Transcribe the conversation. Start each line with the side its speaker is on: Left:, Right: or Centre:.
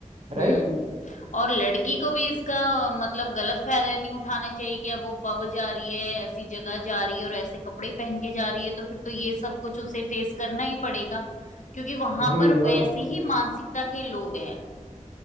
Right: राइट
Left: हम्म और लड़की को भी इसका मतलब गलत फायदा नहीं उठाना चाहिए कि अब वो पब जा रही है ऐसी जगह जा रही है और ऐसे कपड़े पहन के जा रही है तो फिर तो ये सब कुछ उसे फेस करना ही पड़ेगा क्योंकि वहां
Right: जी
Left: पर वैसे
Right: और
Left: ही मानसिकता के लोग हैं